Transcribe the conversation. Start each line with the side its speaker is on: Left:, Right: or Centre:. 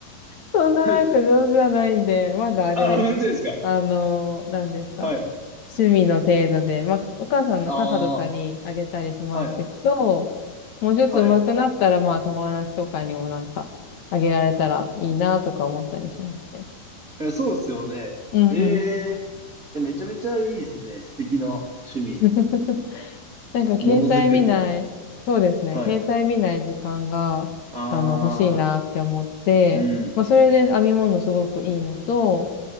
Left: そんななんか上手じゃないんで、
Right: はい。
Left: まだあれです。
Right: あ、本当ですか
Left: あの、何ですか。
Right: はい。
Left: 趣味の程度で、まあ、お母さんの母とかにあげたりしましたけど、
Right: ああ。はい、
Left: もうちょっと上手くなったら、
Right: はい。
Left: まあ友達とかにもなんかあげられたらいいなとか思ったりしますね。
Right: え、そうですよね。
Left: うんうん。
Right: えええ、めちゃめちゃいいですね。素敵な趣味。
Left: <laughs> なんか携帯見ない、
Right: ものづくり。
Left: そうですね、
Right: はい。
Left: 携帯見ない時間が、
Right: ああ、
Left: あの、欲しいなって思って、
Right: うん。
Left: まあ、それで編み物すごくいいのと、